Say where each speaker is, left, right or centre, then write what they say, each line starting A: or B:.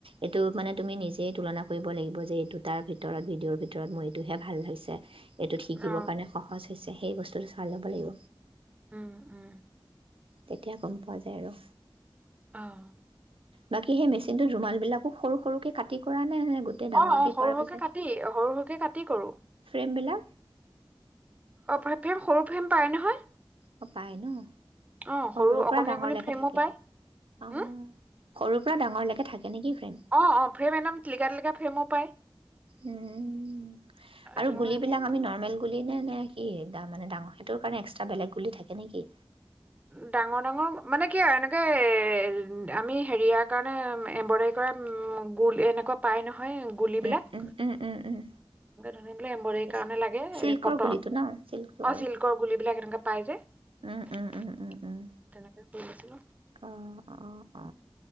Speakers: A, on the right; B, on the right.
A: এইটো মানে তুমি নিজেই তুলনা কৰিব লাগিব যে, এই দুটাৰ ভিতৰত ভিডিঅ'ৰ ভিতৰত মোৰ এইটোহে ভাল হৈছে। এইটোত শিকিব
B: অ
A: মানে সহজ হৈছে সেই বস্তুটো চাই ল'ব লাগিব।
B: উম উম
A: তেতিয়া গম পোৱা যায় আৰু।
B: অ'।
A: বাকী সেই মেচিনটোত ৰুমাল বিলাকো সৰু সৰুকে কাটি কৰা নে গোটেই ডাঙৰকৈ
B: অ', অ', সৰু
A: কৰাৰ
B: সৰুকে
A: পিছত
B: কাটি, সৰু সৰুকে কাটি কৰোঁ।
A: ফ্ৰেমবিলাক
B: অ', ফ্ৰেম ফ্ৰেম সৰু ফ্ৰেম পাই নহয়।
A: অ', পায় ন?
B: অ',
A: সৰুৰ
B: সৰু অকমানি
A: পৰা ডাঙৰলৈকে
B: অকমানি ফ্ৰেমো
A: থাকে
B: পায় উম',
A: অ', সৰুৰ পৰা ডাঙৰলৈকে থাকে নেকি ফ্ৰেম?
B: অ', অ', ফ্ৰেম একদম টিলিকা টিলিকা ফ্ৰেমো পায়।
A: উম, আৰু
B: তেনেকুৱা
A: গুলিবিলাক
B: সেইবিলাক
A: আমি নৰ্মেল গুলি গ নে নে কি মানে ডাঙৰ সেইটোৰ কাৰণে এক্সট্ৰা বেলেগ গুলি থাকে নেকি।
B: ডাঙৰ ডাঙৰ মানে কি আৰু এনেকে এ আমি হেৰিয়াৰ কাৰণে এম্ব্ৰইডাৰী কৰা গোল এনেকুৱা পাই নহয়। হয় গুলিবিলাক।
A: উম, উম, উম, উম, উম,
B: এ ধুনীয়া বলে এম্ব্ৰইডৰীৰ
A: বুজিছোঁ।
B: কাৰণে লাগে
A: চিল্কৰ
B: ক
A: গুলিটো ন চিল্কটো
B: অ
A: আৰু
B: চিল্কৰ গুলিবিলাক এনে পাই যে।
A: উম, উম,
B: তেনেকে
A: উম, উম, উম।
B: কৰি দিছিলো।
A: অ', অ', অ